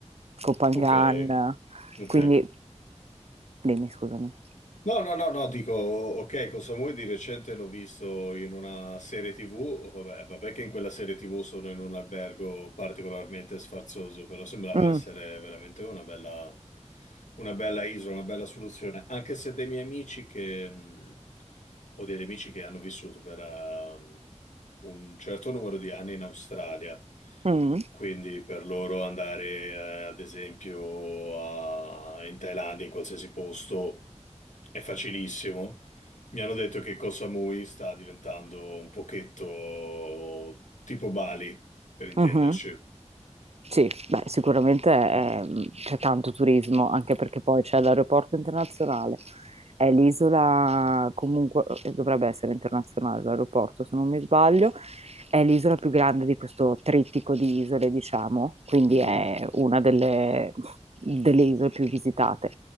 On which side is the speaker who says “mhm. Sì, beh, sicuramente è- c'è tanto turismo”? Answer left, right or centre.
Right